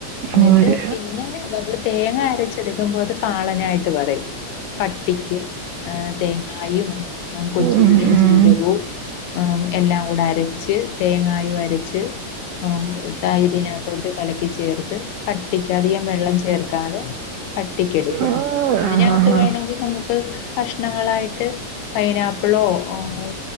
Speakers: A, on the left; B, on the right.
A: എന്നിട്ട്
B: മോര്
A: പിന്നെ നമ്മൾ തേങ്ങ അരച്ചെടുക്കുമ്പോ അത് കാളനായിട്ട് പറയും കട്ടിക്ക് ആഹ് തേങ്ങാ ങ്ങായും കൊച്ചുള്ളിയും
B: ഉം ഉം
A: ജീരകവും ആം എല്ലാം കൂടെ അരച്ച് തേങ്ങായും അരച്ച് ആ തൈരിനകത്തോട്ട് കലക്കി ചേർത്ത് കട്ടിക്ക് അധികം വെള്ളം ചേർക്കാതെ കട്ടിക്കെടുക്കും
B: ആ
A: അതിനകത്ത്
B: ആ ആ
A: വേണമെങ്കി
B: ആ.
A: നമുക്ക് കഷ്ണങ്ങളായിട്ട് പൈനാപ്പിളോ ഏഹ്